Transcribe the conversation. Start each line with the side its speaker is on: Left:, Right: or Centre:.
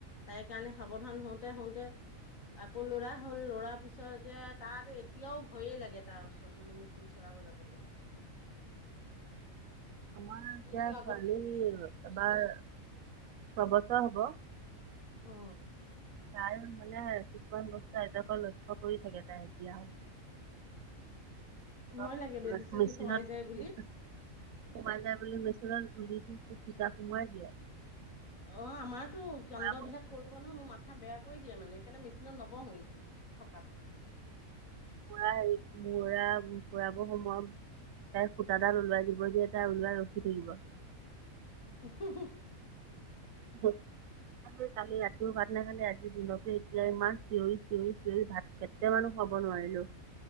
Left: তাই কাৰণে সাৱধান হওঁতে হওঁতে আকৌ লৰা হ'ল লৰাৰ পিছত এতিয়া তাত এতিয়াও ভয়ে লাগে তাৰ ওচৰত মানে মেচিন চলাব যাবলে
Right: আমাৰ এতিয়া
Left: সি
Right: ছোৱালী
Left: আগতে
Right: এবাৰ ছবছৰ হ'ব।
Left: অ।
Right: তাই মানে কিছুমান বস্তু আইতাকৰ লক্ষ্য কৰি থাকে তাই এতিয়াও।
Left: ভয়
Right: ধৰক
Left: লাগে বেজি চেজী
Right: মেচিনত
Left: সোমাই যায় বুলি।
Right: সোমাই যায় বুলি মেচনত গুলিুতোটো সূতা সোমোৱাই দিয়ে।
Left: অ আমাৰতো কেন্দ্ৰ
Right: মৰা বস্তু
Left: বিলাক কৰিব নহয় মোৰ মাথা বেয়া কৰি দিয়ে মানে সেকানে মেচিনত নবহো সি থকাত
Right: পুৰা হেৰি মূৰা ফুৰাব সমম তাইৰ সূতাডাল ওলৱাই যিব যে তাই ওলাই ৰখি থাকিব।
Left: এ হি হি
Right: <unintelligible> কালি ৰাতিও ভাত নাখালে আজিৰ দিনতে এতিয়া ইমান চিঞৰি চিঞৰি চিঞৰি ভাত কেতটেয়ামানো মানুহ হব নোৱাৰিলো